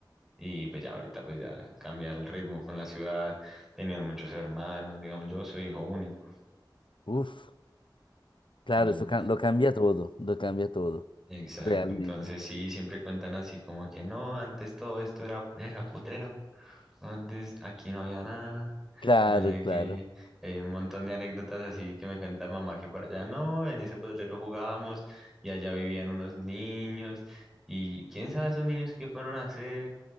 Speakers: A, in the centre; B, on the left.
A: Y pues ya ahorita pues ya cambia el ritmo con la ciudad, tenían muchos hermanos, digamos, yo soy hijo único.
B: Uf, claro,
A: Entonces,
B: eso ca- lo cambia todo, lo cambia todo,
A: exacto,
B: realmente.
A: entonces sí, siempre cuentan así como que no, antes todo esto era, era potrero. Antes aquí no había nada.
B: Claro,
A: Y no sé
B: claro,
A: qué, eh, un montón de anécdotas así que me cuenta mamá que por allá no, en ese potrero jugábamos y allá vivían unos niños y quién sabe esos niños qué fueron a hacer.